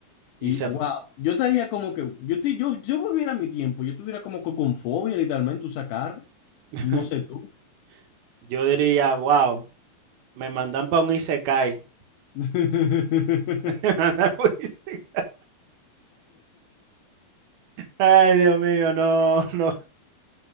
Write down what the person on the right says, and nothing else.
Y
se
fue.
<laughs>
Yo diría, wow, me mandan para un Isekai.
<laughs> Me mandan pa' un ise- Ay, Dios mío, no, <laughs> no,